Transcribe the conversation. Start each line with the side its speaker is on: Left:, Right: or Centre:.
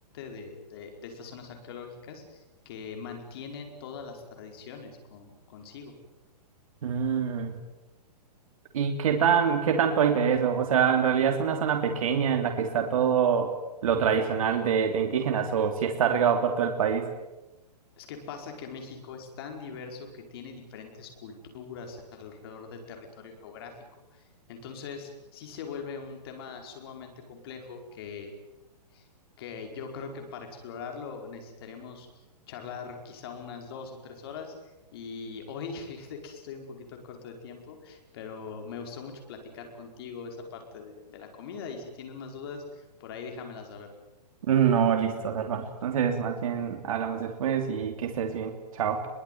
Left: de, de- de estas zonas arqueológicas que mantienen todas las tradiciones con- consigo.
Right: Mm, ¿Y qué tan, qué tanto hay de eso? O sea, en realidad es una zona pequeña en la que está todo lo tradicional de, de indígenas o si está regado por todo el país.
Left: Es que pasa que México es tan diverso que tiene diferentes culturas alrededor del territorio geográfico. Entonces, sí se vuelve un tema sumamente complejo que que yo creo que para explorarlo necesitaríamos charlar quizá unas dos o tres horas. Y hoy <laughs> fíjate que estoy un poquito corto de tiempo, pero me gustó mucho platicar contigo esa parte de, de la comida y si tienes más dudas, por ahí déjamelas saber.
Right: No, listo, Salva. Entonces, más bien hablamos después y que estés bien. Chao.